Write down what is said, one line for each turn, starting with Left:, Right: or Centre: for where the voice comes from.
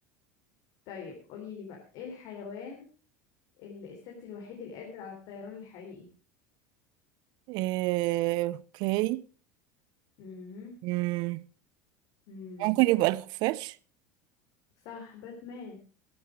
Left: طيب قولي لي بقى ايه الحيوان ال- السد الوحيد القادر على الطيران الحقيقي
Right: آه، اوكي
Left: امم
Right: مم.
Left: امم
Right: ممكن يبقى الخفاش
Left: صح باتمان